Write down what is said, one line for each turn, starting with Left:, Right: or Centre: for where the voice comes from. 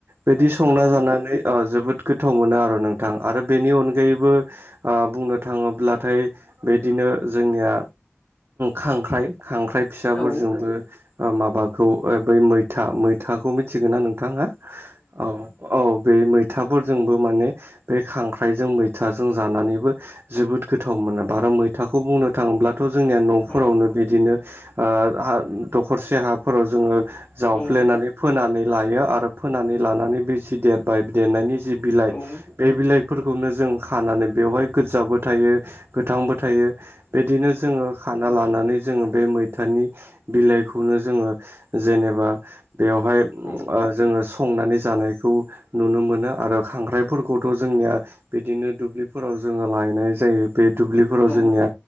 Right: बेदि संना
Left: औ
Right: जानानै ओ जोबोद गोथाव मोनो आर' नोंथां आरो बेनि अनगायैबो ओ बुंनो थाङोब्लाथाय बेदिनो जो जोंनिया खांख्राइ खांख्राइ फिसाफोरजोंबो
Left: औ
Right: ओ माबाखौ ओ बै मैथा मैथाखौ मिथिगोना नोंथां आ औ। औ बे मैथाफोरजोंबो माने बे खांख्राइजों मैथाजों जानानैबो जोबोद गोथाव मोनो बार' मैथाखौ बुंनो थाङोब्लाथ' जोंनिया न'फोरावनो
Left: औ
Right: बिदिनो ओ हा दखरसे हाफोराव जोङो जावफ्लेनानै
Left: औ
Right: फो फोनानै लायो आरो फोनानै लानानै बे जि देरबाय देरनायनि जि बिलाइ
Left: औ
Right: बे बिलाइफोरखौनो जों खानानै बेवहाय गोदजाबो थायो गोथांबो थायो बेदिनो जो जोङो खानो ना लानानै जोङो बे मैथानि बिलाइखौनो जोङो जेनेबा बेवहाय ओ
Left: औ
Right: जोङो स संनानै जानायखौ नुनो मोनो आरो खांख्राइफोरखौथ' जोंनिया बेदिनो दुब्लिफोराव जोङो लायनाय जायो। बे दुब्लिफोराव
Left: औ
Right: जोंनिया